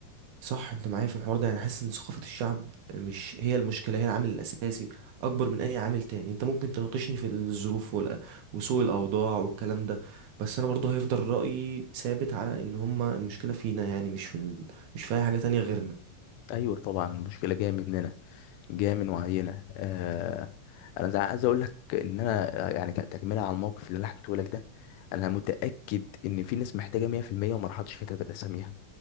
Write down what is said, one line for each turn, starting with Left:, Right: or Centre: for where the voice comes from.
Right: صح انت معايا في الحوار ده يعني حاسس ان ثقافة الشعب مش هي المشكلة هي العامل الاساسي اكبر من اي عامل تاني انت ممكن تناقشني في الظروف ولا- وسوء الاوضاع والكلام ده بس انا برضه هيفضل رأيي ثابت على ان هما المشكلة فينا يعني مش في ال... مش في اي حاجة تانية غيرنا
Left: ايوه طبعا المشكله جايه مننا جايه من وعينا آه انا زع- عايز اقول لك ان انا يعني ك- تكمله على الموقف اللي انا حكيته لك ده انا متاكد ان في ناس محتاجه 100% وما راحتش كتبت اساميها